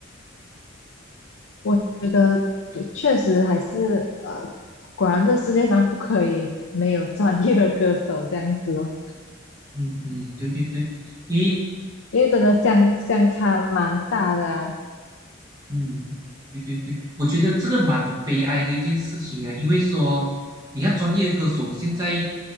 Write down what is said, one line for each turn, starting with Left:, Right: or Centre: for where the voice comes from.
Left: 我觉得确实还是呃，果然这世界上不可以没有专业的歌手这样子哦。
Right: 嗯嗯，对对对，因为。
Left: 因为真的相相差蛮大的啊。
Right: 嗯，对对对，我觉得这个蛮悲哀的一件事情啊，因为说你看专业歌手现在